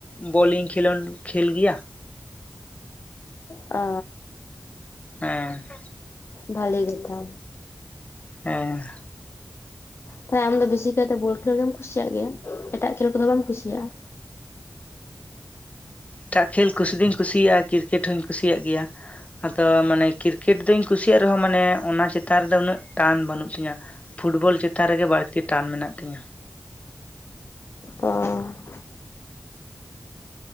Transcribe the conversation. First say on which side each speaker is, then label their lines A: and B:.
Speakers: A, on the left; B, on the left.
A: ᱵᱚᱞᱤᱧ ᱠᱷᱮᱞᱳᱱ ᱠᱷᱮᱞ ᱜᱮᱭᱟ᱾
B: ᱚ᱾
A: ᱦᱮᱸ᱾
B: ᱵᱷᱟᱞᱮ ᱠᱟᱛᱷᱟ᱾
A: ᱦᱮᱸ᱾
B: ᱛᱟᱦᱚᱞᱮ ᱟᱢ ᱫᱚ ᱵᱮᱥᱤᱠᱟᱭᱛᱮ ᱵᱚᱞ ᱠᱷᱮᱞ ᱜᱮᱢ ᱠᱩᱥᱤᱭᱟᱜ ᱜᱮᱭᱟ, ᱮᱴᱟᱜ ᱠᱷᱮᱞ ᱠᱚᱫᱚ ᱵᱟᱢ ᱠᱩᱥᱤᱭᱟᱜ-ᱟ᱾
A: ᱮᱴᱟᱜ ᱠᱷᱮᱞ ᱠᱩᱥᱤ ᱫᱩᱧ ᱠᱩᱥᱤᱭᱟᱜ-ᱟ, ᱠᱨᱤᱠᱮᱴ ᱦᱚᱧ ᱠᱩᱥᱤᱭᱟᱜ ᱜᱮᱭᱟ᱾ ᱟᱫ ᱛᱚ ᱢᱟᱱᱮ ᱠᱨᱤᱠᱮᱴ ᱫᱚᱧ ᱠᱩᱥᱤᱭᱟᱜ ᱨᱮᱦᱚᱸ ᱢᱟᱱᱮ ᱚᱱᱟ ᱪᱮᱛᱟᱱ ᱨᱮᱫᱚ ᱩᱱᱟᱹᱜ ᱴᱟᱱ ᱵᱟᱹᱱᱩᱜ ᱛᱤᱧᱟᱹ᱾ ᱯᱷᱩᱴᱵᱚᱞ ᱪᱮᱛᱟᱱ ᱨᱮᱜᱮ ᱵᱟᱹᱲᱛᱤ ᱴᱟᱱ ᱢᱮᱱᱟᱜ ᱛᱤᱧᱟᱹ᱾
B: ᱚᱻ